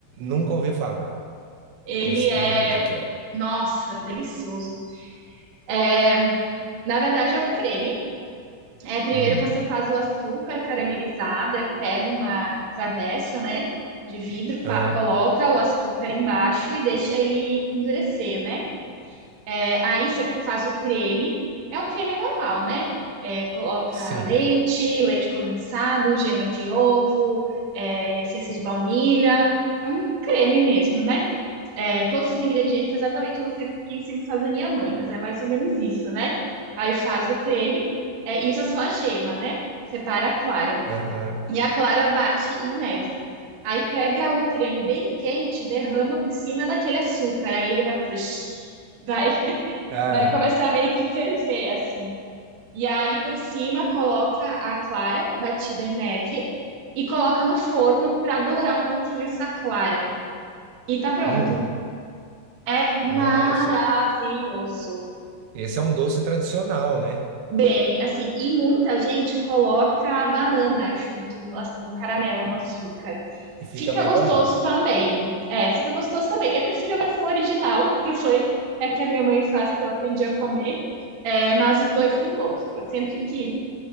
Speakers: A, on the right; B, on the right.
A: Nunca ouvi falar.
B: Ele
A: Me explica
B: é,
A: o que que é.
B: nossa, delicioso. É, na verdade, é um creme. É, primeiro
A: Uhum.
B: você faz o açúcar caramelizado, é, pega uma travessa, né, de vidro,
A: Ah,
B: pa- coloca o açúcar embaixo e deixa ele endurecer, né? É, aí você faz o creme, é um creme normal, né? É, coloca
A: sim.
B: leite, leite condensado, gema de ovo, é, essência de baunilha, é um creme mesmo, né? É, todos os ingredientes, exatamente, eu não sei quem sempre faz a minha mãe, mas é mais ou menos isso, né? Aí faz o creme, é, e usa só a gema, né? Separa a clara.
A: Aham.
B: E a clara bate em neve. Aí pega o creme bem quente, derrama por cima daquele açúcar. Aí ele vai fazer. shhh, Vai, <laughs>
A: Ah,
B: vai começar a meio que ferver, assim. E aí por cima coloca a clara batida em neve e coloca no forno para dourar um pouquinho essa clara. E tá pronto.
A: hum.
B: É maravilhoso.
A: Nossa. Esse é um doce tradicional, né?
B: Bem, assim, e muita gente coloca a banana junto no, aç- no caramelo, no açúcar.
A: E fica
B: Fica
A: melhor
B: gostoso
A: ainda.
B: também. É, fica gostoso também. Eu prefiro a versão original, porque foi é que a minha mãe faz que eu aprendi a comer. É, mas os dois são bons. Sempre que